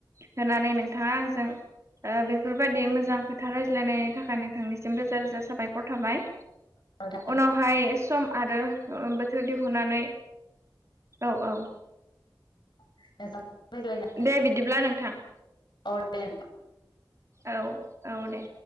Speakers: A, on the right; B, on the left.
A: होनानै नोंथाङा आंजों ओ बेफोरबायदि मोजां खोथा रायज्लायनायनि थाखाय नोंथांनिसिम रोजा रोजा साबायख खर थाबाय
B: नोंथां
A: उनावहाय सम आरो ओ बोथोर दिहुननानै औ औ
B: <unintelligible> रायज्लायना
A: दे बिदिब्ला नोंथां।
B: औ दे
A: औ औ दे